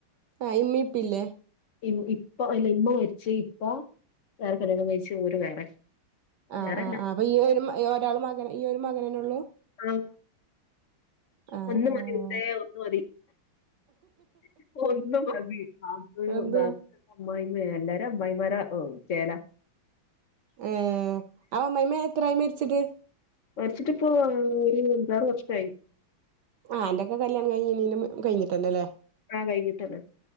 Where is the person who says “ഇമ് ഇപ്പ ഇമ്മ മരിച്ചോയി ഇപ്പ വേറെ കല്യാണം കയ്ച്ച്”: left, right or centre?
Left